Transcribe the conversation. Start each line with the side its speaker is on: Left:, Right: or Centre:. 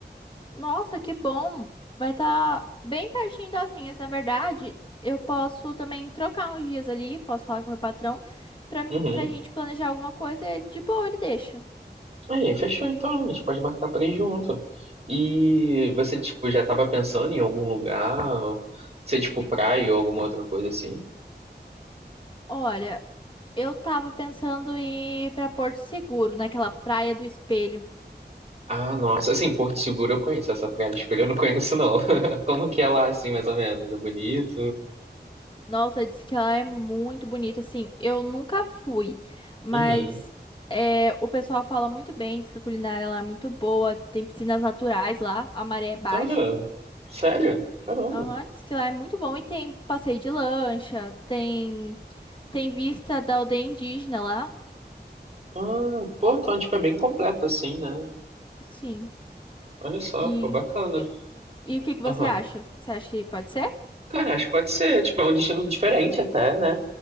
Left: Nossa, que bom! Vai estar bem pertinho das minhas, na verdade. Eu posso também trocar uns dias ali, posso falar com meu patrão pra,
Right: Uhum.
Left: pra gente planejar alguma coisa e ele de boa, ele deixa.
Right: Aí, fechou então, a gente pode marcar pra ir junto. E você, tipo, já tava pensando em algum lugar? Ou, sei, tipo, praia ou alguma outra coisa assim?
Left: Olha, eu tava pensando em ir pra Porto Seguro, naquela Praia do Espelho.
Right: Ah, nossa, assim, Porto Seguro eu conheço, essa Praia do Espelho eu não conheço, não. <laughs> Como que é lá, assim, mais ou menos? É bonito?
Left: Nossa, disse que ela é muito bonita. Assim, eu nunca fui, mas
Right: Uhum.
Left: é, o pessoal fala muito bem. Diz que a culinária lá é muito boa. Tem piscinas naturais lá, a maré é baixa.
Right: Olha, sério? Caramba.
Left: Aham, diz que lá é muito bom. E tem passeio de lancha, tem, tem vista da aldeia indígena lá.
Right: Ah, pô, então, tipo, é bem completo, assim, né?
Left: Sim.
Right: Olha só,
Left: E,
Right: pô, bacana.
Left: e o que que você
Right: Aham.
Left: acha? Você acha que pode ser?
Right: Cara, acho que pode ser, tipo, é um destino diferente até, né?